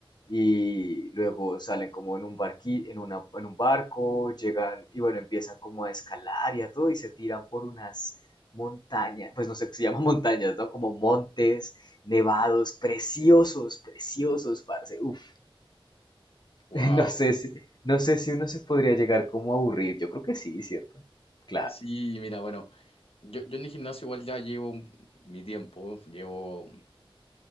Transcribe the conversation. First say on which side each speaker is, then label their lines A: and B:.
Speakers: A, on the left; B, on the left.
A: y luego salen como en un barqui, en una, en un barco, llegan y bueno, empiezan como a escalar y a todo y se tiran por unas montañas, pues no sé, qué se llaman <laughs> montañas, ¿no? Como montes nevados, preciosos, preciosos, parce, uf,
B: Wow.
A: <laughs> No sé si, no sé si uno se podría llegar como a aburrir. Yo creo que sí, ¿cierto? Claro.
B: Sí, mira, bueno, yo, yo en el gimnasio igual ya llevo un- mi tiempo, llevo